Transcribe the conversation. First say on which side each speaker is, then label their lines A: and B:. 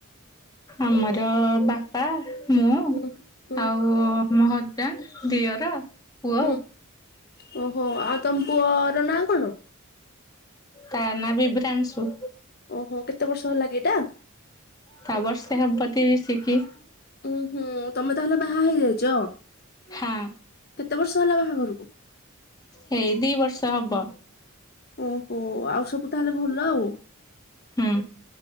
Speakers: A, on the left (about 15°); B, on the left (about 45°).
A: ଆମର ବାପା, ମୁଁ
B: ହୁଁ ହୁଁ
A: ଆଉ ମୋ ହଜବ୍ୟାଣ୍ଡ, ଦିଅର, ପୁଅ।
B: ହୁଁ ଓହୋ ଆଉ ତମ ପୁଅ ର ନାଁ କଣ?
A: ତା ନାଁ ବିବ୍ରାଂଶୁ।
B: ଓହୋ କେତେ ବର୍ଷ ହେଲାକି ଏଟା?
A: ତା ବର୍ଷେ ହବ ତିରିଶିକି।
B: ଉଁ ହୁଁ ତମେ ତାହେଲେ ବାହା ହେଇଯାଇଚ?
A: ହଁ।
B: କେତେ ବର୍ଷ ହେଲା ବାହାଘରକୁ?
A: ହେଇ ଦି ବର୍ଷ ହବ।
B: ଓହୋ ଆଉ ସବୁ ତାହେଲେ ଭଲ ଆଉ।
A: ହୁଁ।